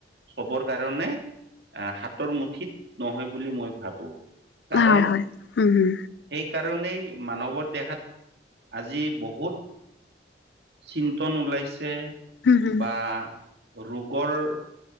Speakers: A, on the right; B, on the left.
A: চবৰ কাৰণে আ হাতৰ মুঠিত নহয় বুলি মই ভাবো কাৰণ
B: হয় হয় উম, হম।
A: সেইকাৰণেই মানৱৰ দেহাত আজি বহুত চিন্তন ওলাইছে।
B: হুম
A: বা ৰোগৰ